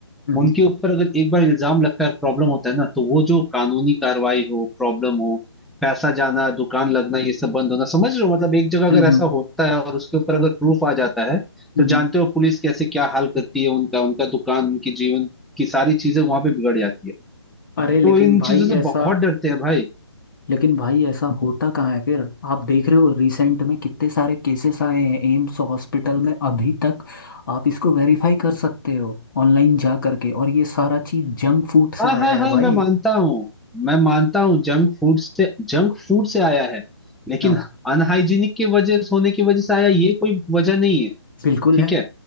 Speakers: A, on the left; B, in the centre.
A: हम्म,
B: उनके ऊपर अगर एक बार इल्जाम लगता है प्रॉब्लम होता है ना तो वो जो कानूनी कार्रवाई हो प्रॉब्लम हो पैसा जाना दुकान लगना ये सब बंद होना समझ रहे हो मतलब एक जगह अगर
A: हम्म,
B: ऐसा होता है और उसके ऊपर अगर प्रूफ आ जाता है
A: हम्म,
B: तो
A: हम्म।
B: जानते हो पुलिस कैसे क्या हाल करती है उनका उनका दुकान उनकी जीवन की सारी चीजें वहां पे बिगड़ जाती है
A: अरे लेकिन
B: तो इन
A: भाई
B: चीजों से
A: ऐसा
B: बहुत डरते हैं भाई
A: लेकिन भाई ऐसा होता कहाँ है फिर आप देख रहे हो रिसेंट में कितने सारे केसेस आए हैं एम्स हॉस्पिटल में अभी तक आप इसको वेरीफाई कर सकते हो ऑनलाइन जा करके और ये सारा चीज जंक फूड से
B: हाँ
A: आया
B: हाँ हाँ
A: है भाई
B: मैं मानता हूँ मैं मानता हूँ जंक फूड से जंक फूड से आया है लेकिन
A: हाँ
B: अनहाइजीनिक के वजह होने की वजह से आया ये कोई वजह नहीं है
A: बिल्कुल
B: ठीक
A: है
B: है